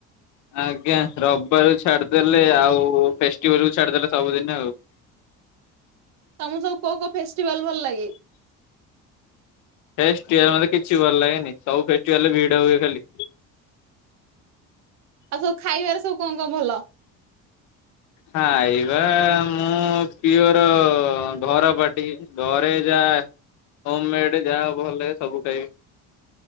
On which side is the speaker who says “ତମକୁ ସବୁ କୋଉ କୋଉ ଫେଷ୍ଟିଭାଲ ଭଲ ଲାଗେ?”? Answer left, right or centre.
Right